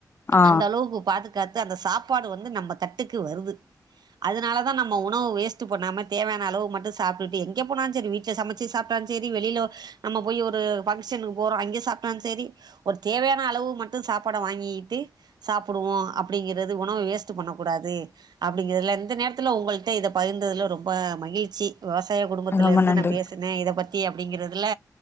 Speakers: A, on the left; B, on the right.
A: ஆ
B: அந்த அளவுக்கு பாதுகாத்து அந்த சாப்பாடு வந்து நம்ம தட்டுக்கு வருது அதனால தா நம்ம உணவு வேஸ்ட் பண்ணாம தேவையான அளவு மட்டு சாப்ட்டுட்டு எங்க போனாலு சரி வீட்ல சமச்சி சாப்ட்டாலு சரி வெளிலோ நம்ம போய் ஒரு ஃபங்க்ஷனுக்கு போறோ அங்கே சாப்ட்டான் செரி ஒரு தேவையான அளவு மட்டு சாப்பாட வாங்கிட்டு சாப்புடுவோ அப்டிங்கறது உணவு வேஸ்ட்டு பண்ணக் கூடாது அப்டிங்குறதுல இந்த நேரத்துல உங்கள்ட்ட இத பகிர்ந்ததுல ரொம்ப மகிழ்ச்சி வெவசாய குடும்பத்துல
A: ரொம்ப
B: இருந்து
A: நன்றி
B: நா பேசுனே இத பத்தி அப்டிங்கறதுல